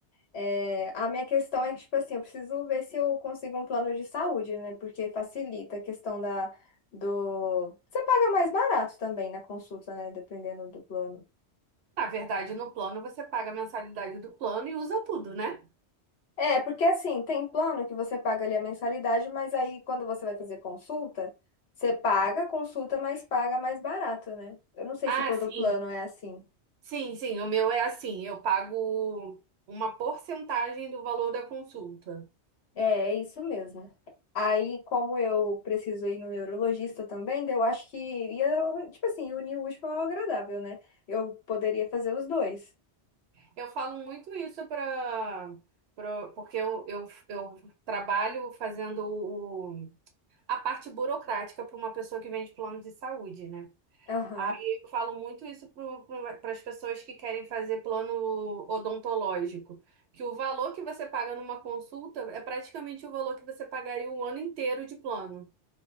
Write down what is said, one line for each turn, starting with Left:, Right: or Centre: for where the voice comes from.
Left: É, a minha questão é que, tipo assim, eu preciso ver se eu consigo um plano de saúde, né? Porque facilita a questão da, do... Você paga mais barato também na consulta, né? Dependendo do plano.
Right: Na verdade, no plano você paga a mensalidade do plano e usa tudo, né?
Left: É, porque assim, tem plano que você paga ali a mensalidade, mas aí quando você vai fazer consulta, você paga a consulta, mas paga mais barato, né? Eu não sei
Right: Ah,
Left: se todo
Right: sim.
Left: plano é assim.
Right: Sim, sim, o meu é assim, eu pago uma porcentagem do valor da consulta.
Left: É, é isso mesmo. Aí, como eu preciso ir no neurologista também, daí eu acho que ia, tipo assim, unir o útil ao agradável, né? Eu poderia fazer os dois.
Right: Eu falo muito isso para porque eu, eu, eu trabalho fazendo o, a parte burocrática para uma pessoa que vende plano de saúde, né?
Left: Aham.
Right: Aí eu falo muito isso para as pessoas que querem fazer plano odontológico, que o valor que você paga numa consulta é praticamente o valor que você pagaria o ano inteiro de plano.